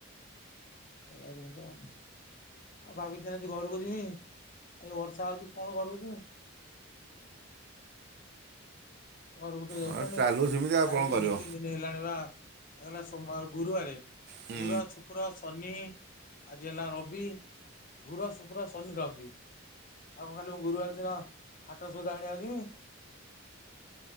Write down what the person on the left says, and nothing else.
ଏୟା ଜିନିଷ। ଆଉ ଭାବିଥିନି ଆଜି ଘରକୁ ଯିମି ଆଉ ବର୍ଷା ହଉଚି କଣ ଘରକୁ ଯିମି। ଘରକୁ ଟିକେ ଯାଇଥାନ୍ତି
ଯାଇନି
ଦି ତିନି ଦିନି ହେଲାଣି ବା ଗଲା ସୋମବାର ଗୁରୁବାରେ
ଗୁର ଶୁକ୍ର ଶନି ଆଜି ହେଲା ରବି ଗୁର ଶୁକ୍ର ଶନି ରବି ଆଉ କଁ ଖାଲି ଗୁରୁବାର ଦିନ ହାଟ ସଉଦା ଆଣିବାକୁ ଯିମି।